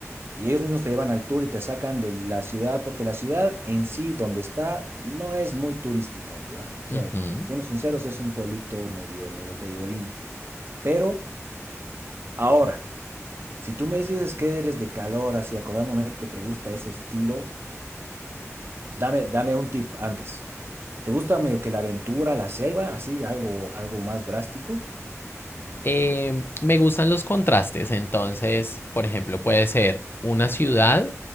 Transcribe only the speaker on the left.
Ujú.
Eh, me gustan los contrastes, entonces, por ejemplo, puede ser una ciudad,